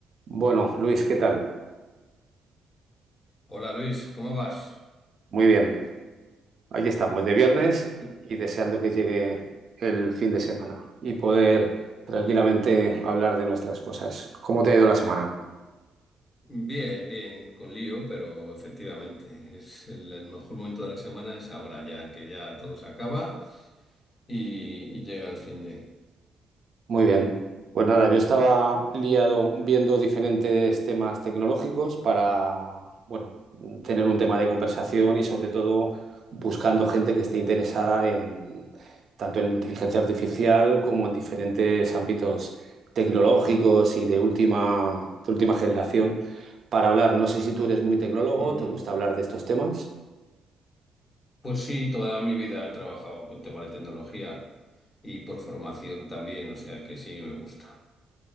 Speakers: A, on the right; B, on the left.
A: Bueno, Luis, ¿qué tal?
B: Hola Luis, ¿cómo vas?
A: Muy bien. Aquí estamos, de viernes
B: Lu-
A: y deseando que llegue el fin de semana y poder
B: eh,
A: tranquilamente hablar de nuestras cosas. ¿Cómo te ha ido la semana?
B: Bien, bien, con lío, pero efectivamente es el, el mejor momento de la semana es ahora ya, que ya todo se acaba y, y llega el fin de.
A: Muy bien. Pues nada, yo estaba liado viendo diferentes temas tecnológicos para, bueno, tener un tema de conversación y sobre todo buscando gente que esté interesada en tanto en inteligencia artificial como en diferentes ámbitos tecnológicos y de última, de última generación para hablar. No sé si tú eres muy tecnólogo,
B: Ujú.
A: ¿te gusta hablar de estos temas?
B: Pues sí, toda mi vida he trabajado con temas de tecnología y por formación también, o sea que sí, me gusta.